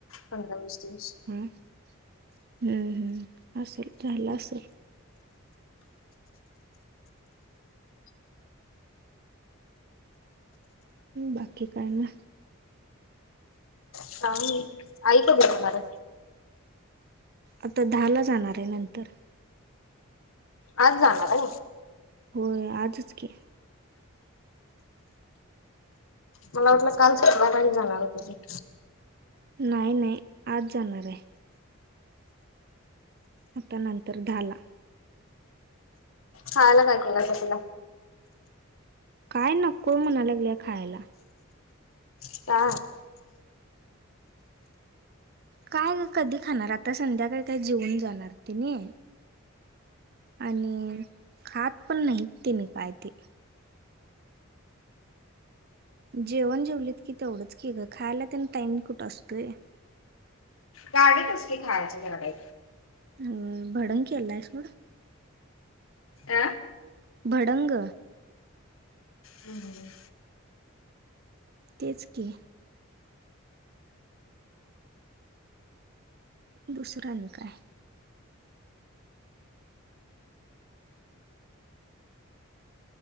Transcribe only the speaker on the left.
पंधरा वीस दिवस
सांग ऐक गला मर
आज जाणार आहे
मला वाटलं काल सपाातारी जाणार होते तेी
खायला काय केलासा का तिला
का
गाडीतसली खायचं जलाई
अं
हम्